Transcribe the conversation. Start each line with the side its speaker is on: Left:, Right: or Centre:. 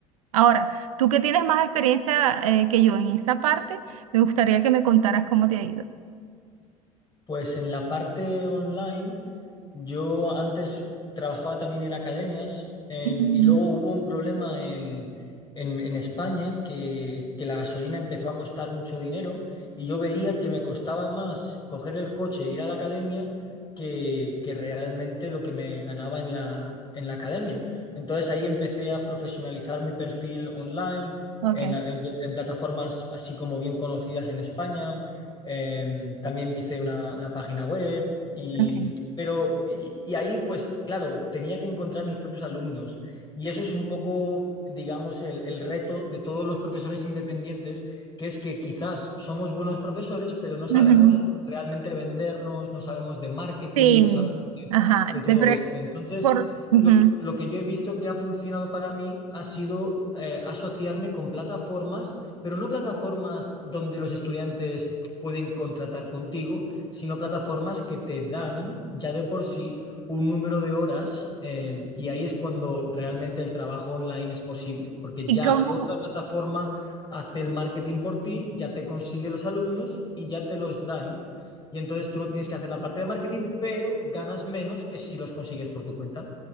Right: Ahora, tú que tienes más experiencia eh, que yo en esa parte, me gustaría que me contaras cómo te ha ido.
Left: Pues en la parte online, yo antes trabajaba también en academias en-
Right: Mm,
Left: y luego hubo un problema en, en- en España que, que la gasolina empezó a costar mucho dinero y yo veía que me costaba más coger el coche e ir a la academia que, que realmente lo que me ganaba en la, en la academia. Entonces ahí empecé a profesionalizar mi perfil online
Right: Ok,
Left: en en- en plataformas así como bien conocidas en España eh, también hice una, una página web y,
Right: ok.
Left: pero, y, y ahí pues claro, tenía que encontrar mis propios alumnos y eso es un poco, digamos, el, el reto de todos los profesores independientes, que es que quizás somos buenos profesores, pero no sabemos
Right: Ujú.
Left: realmente vendernos, no sabemos de marketing,
Right: Sí,
Left: no sabemos de,
Right: ajá.
Left: de todo
Right: te pre-
Left: esto. Entonces,
Right: por, ujú.
Left: lo, lo que yo he visto que ha funcionado para mí ha sido eh, asociarme con plataformas, pero no plataformas donde los estudiantes pueden contratar contigo, sino plataformas que te dan ya de por sí un número de horas eh, y ahí es cuando realmente el trabajo online es posible, porque
Right: Y
Left: ya
Right: como,
Left: otra plataforma hace el marketing por ti, ya te consigue los alumnos y ya te los dan y entonces tú no tienes que hacer la parte de marketing, pero ganas menos que si los consigues por tu cuenta.